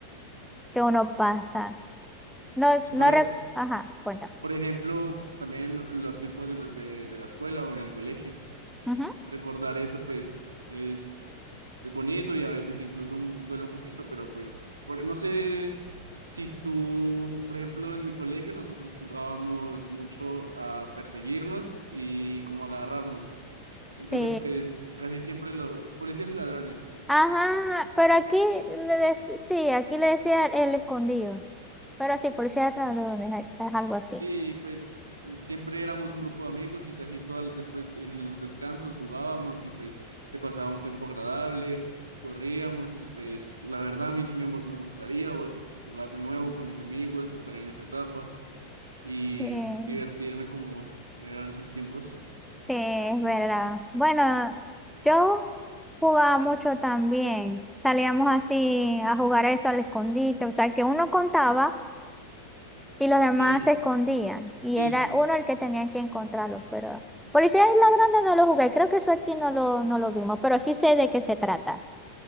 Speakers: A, in the centre; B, on the right.
A: que uno pasa. No,
B: Sí,
A: no,
B: por, e-
A: rec- ajá, cuéntame.
B: por ejemplo, también en los tiempos de, la de- de la escuela o en el colegio.
A: Ujú.
B: Recordar eso, pues, es es bonito y a veces incluso un- duele un poquito, pero pues por- no sé si tú, por ejemplo, en mi colegio nosotros jugábamos mucho a perseguirnos y como agarrarnos. Entonces,
A: Sí,
B: pues casi siempre los policías y ladrones.
A: ajá, pero aquí le dec- sí, aquí le decía el escondido, pero sí, por cierto, no, es, es algo así.
B: Sí, pues eh, siempre éramos un grupo de amigos y casi todas después en los descansos jugábamos y pues se pasaba un tiempo agradable, corríamos y pues la verdad a mí sí me, me gustaría o- jugar de nuevo con mis amigos, estar en esa etapa. y
A: Sí.
B: divertirme como eran esos tiempos.
A: Sí, es verdad. Bueno, yo jugaba mucho también. Salíamos así a jugar eso al escondite. O sea, que uno contaba y los demás
B: Sí,
A: se escondían. Y
B: sí,
A: era
B: sí.
A: uno el que tenía que encontrarlos. Pero policía y ladrones no lo jugué. Creo que eso aquí no lo, no lo vimos. Pero sí sé de qué se trata.